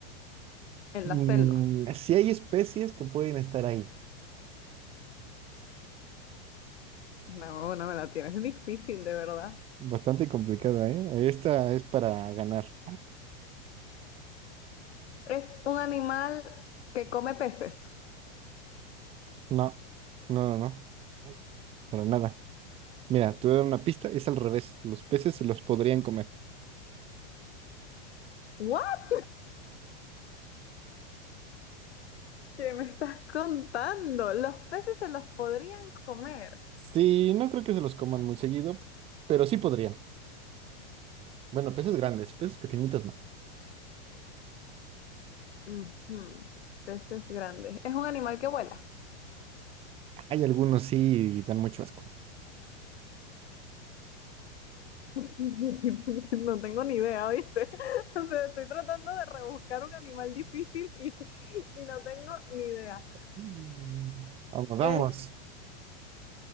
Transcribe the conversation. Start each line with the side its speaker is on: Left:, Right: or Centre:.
Left: En
Right: Mm,
Left: la selva.
Right: sí hay especies que pueden estar ahí.
Left: No, no me la tienes. Es difícil, de verdad.
Right: Bastante complicada, ¿eh? Esta es para ganar.
Left: Es un animal que come peces.
Right: No, no, no, no, para nada. Mira, te voy a dar una pista, es al revés. Los peces se los podrían comer.
Left: ¿What? ¿Qué me estás contando? Los peces se los podrían comer.
Right: Sí, no creo que se los coman muy seguido, pero sí podrían. Bueno, peces grandes, peces pequeñitos no.
Left: Ujú. Peces grandes. ¿Es un animal que vuela?
Right: Hay algunos sí y dan mucho asco.
Left: <laughs> No tengo ni idea, ¿viste? <laughs> O sea, estoy tratando de rebuscar un animal difícil y, <laughs> y no tengo ni idea.
Right: Mm. Vamos, vamos.
Left: Es,